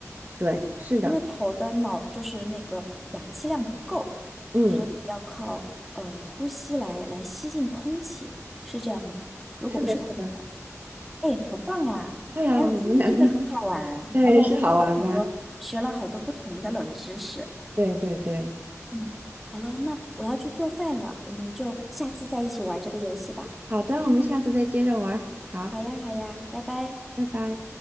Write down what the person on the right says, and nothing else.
对，是的，
嗯，
是的，是的。
哎呀，
我们两个
对是好玩吧？
对对对，
好的，我们下次再接着玩儿好，
拜拜。